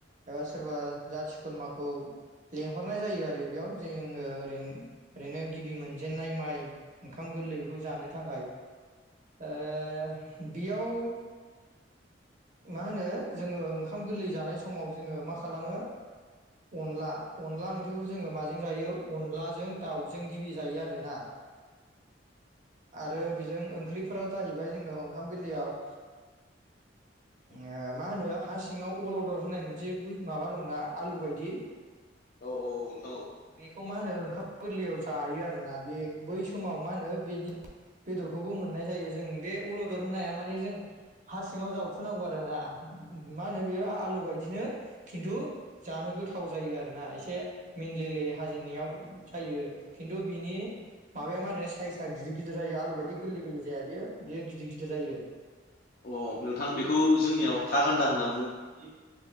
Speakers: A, on the right; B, on the left.
A: ओ सोरबा जाथि खुरमाखौ लेंहरनाय जायो आरो बेयाव जेङो ओरैन रेन गिबि मोनजेनन्नाय माइ ओंखाम गोरलै बेखौ जानो थाखाय ओ बियाव मा होनो जोङो ओंखाम गोरलै जानाय समाव जोङो मा खालामो अनला अनला ओंख्रिखौ जोङो माजों जायो अनलाजों दाउजों गिबि जायो आरोना। आरो बिजों ओंख्रिफोरा जाहैबाय जोङो ओंखाम गोरलैयाव इङो मा होनो हा सिङाव अलदर होननाय मोनसे बु माबा दंना आलु बायदि
B: औ औ औ नों
A: बेखौ मा होनो ओंखाम गोरलैयाव जायो आरोना बे बै समाव मा होनो बेनि बेदरखौबो मोननाय जायो जों बे अलदर होननाया माने जों हा सिङाव जावखुनांगौ आ रो ना मा होनो बियो आलु बायदिनो खिन्थु जानो गोथाव जायो आरोना एसे मिन ले ले हाजेनायाव जायो खिन्थु बिनि माबाया मा होनो साइसआ गिदिर गिदिर जायो आलु बायदि
B: औ
A: गोरलै गोरलै जाया बेयो बेयो गिदिर गिदिर जायो।
B: अ नोंथां बेखौ
A: खौ जोंनियाव
B: था
A: थागान्दा
B: गान्दा होनना
A: होननानै बुङो नोंथां बिनि